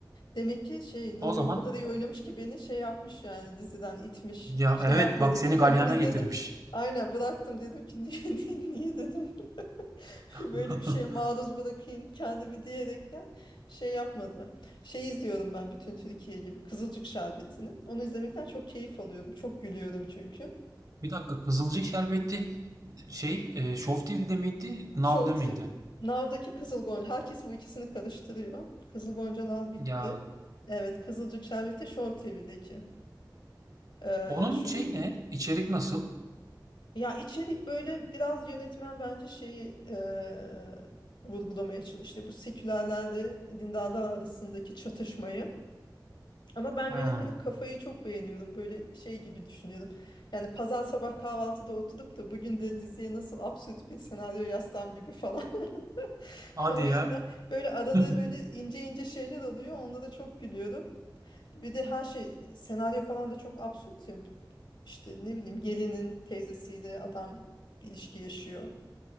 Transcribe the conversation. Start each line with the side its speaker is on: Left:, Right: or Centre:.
Left: Demek ki şey böyle
Right: O zaman
Left: o kadar iyi oynamış ki beni şey yapmış yani diziden itmiş.
Right: ya
Left: Şey
Right: evet
Left: yapmadım.
Right: bak seni
Left: Bir
Right: galyana
Left: bölüm izledim.
Right: getirmiş.
Left: Aynen bıraktım dedim ki niye <laughs> niye, niye dedim. <laughs>
Right: <laughs>
Left: Böyle bir şeye maruz bırakayım kendimi diyerekten şey yapmadı. Şey izliyorum ben bütün Türkiye gibi Kızılcık Şerbeti'ni. Onu izlemekten çok keyif alıyorum. Çok gülüyorum çünkü.
Right: Bir dakika Kızılcık Şerbeti şey e, Show TV'de miydi? Now'da
Left: Show TV'de.
Right: mıydı?
Left: Now'daki Kızıl Gonca. Herkes bu ikisini karıştırıyor. Kızıl Goncalar bitti.
Right: Ya
Left: Evet Kızılcık Şerbeti Show T V'deki. Ee,
Right: onun
Left: şu
Right: şey ne? İçerik nasıl?
Left: Ya içerik böyle biraz yönetmen bence şeyi eee, vurgulamaya çalıştı. Bu sekülerlerle dindarlar arasındaki çatışmayı. Ama ben yönetmenin
Right: Hmm.
Left: kafayı çok beğeniyorum. Böyle şey gibi düşünüyorum. Yani pazar sabah kahvaltıda oturup da bugün de diziye nasıl absürt bir senaryo yazsam gibi falan. <laughs>
Right: Hadi
Left: O yüzden
Right: ya.
Left: böyle arada
Right: <laughs>
Left: böyle ince ince şeyler oluyor. Onlara çok gülüyorum. Bir de her şey senaryo falan da çok absürt ya. İşte ne bileyim gelinin teyzesiyle adam ilişki yaşıyor.